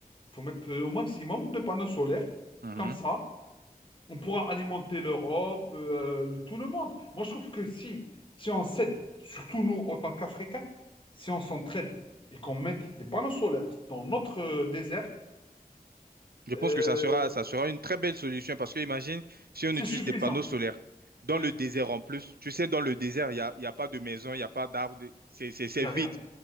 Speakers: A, on the left; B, on the right.
A: Il faut mettre euh, au maximum de panneaux solaires.
B: mhm.
A: Comme ça, on pourra alimenter l'Europe, euh, le- tout le monde. Moi, je trouve que si, si on s'aide, surtout nous, en tant qu'Africains, si on s'entraide et qu'on mette des panneaux solaires dans notre euh, désert,
B: Je
A: euh,
B: pense que ça sera, ça sera une très belle solution parce que imagine si on
A: c'est
B: utilise
A: suffisant.
B: des panneaux solaires dans
A: Oui,
B: le désert en plus. Tu sais, dans le désert, il n'y a, il y a pas de maison, il n'y a pas d'arbres, de- c'est c'est- c'est
A: il n'y
B: vide.
A: a rien.